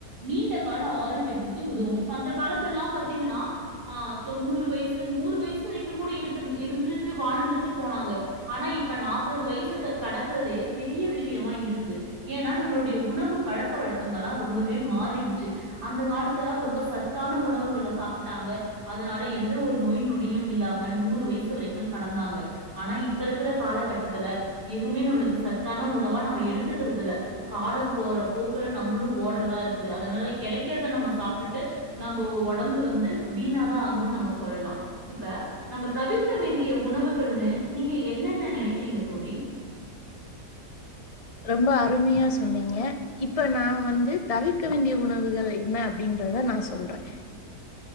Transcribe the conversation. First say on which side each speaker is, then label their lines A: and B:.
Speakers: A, on the right; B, on the left.
A: நீண்ட கால ஆரோக்கியத்திற்க் கு உதவும் இப்ப அந்த காலத்தெல்லாம் பாத்தீங்கன்னா ஆ தொண்ணூறு வயசு நூறு வயசு வரைக்கும் கூட இருக்குந் இருந்துட்டு வாழ்ந்துட்டு போனாங்க ஆனா இப்ப நாற்பது வயசு கடக்கறதே பெரிய விஷயமா இருக்குது ஏன்னா நம்மளுடைய உணவு பழக்க வழக்கங்கள்ல்லாம் ரொம்பவே மாறிடுச்சு அந்த காலத் த்துலா ரொம்ப சத்தான உணவுகள்ள சாப்புட்டாங்க அதனால எந்த ஒரு நோய் நொடியும் இல்லாம நூறு வயசு வரைக்கும்லா கடந்தாங்க ஆனா இப்ப இருக்குற காலகட்டத்துல எதுவுமே நம்முளுக்கு சத்தான உணவா நம்ம எடுத்துக்கிறதுல காலோ போற போக்குல நம்மளு ஓடுறதா இருக்குது அதனால கெடைக்கிறத நம்ம சாப் ட்டு நம்ம ஒடம்பு வந்து வீணாதா ஆகுதுன்னு நம்ம சொல்லலா இப்ப நம்ம தவிர்க்க வேண்டிய உணவுகள்னு நீங்க என்னன்ன நெனைக்கிறீங்க தோழி
B: ரொம்ப அருமையா சொன்னீங்க இப்ப நா வந்து தவிர்க்க வேண்டிய உணவுகள் என்ன அப்டின்றத நா சொல்றேன்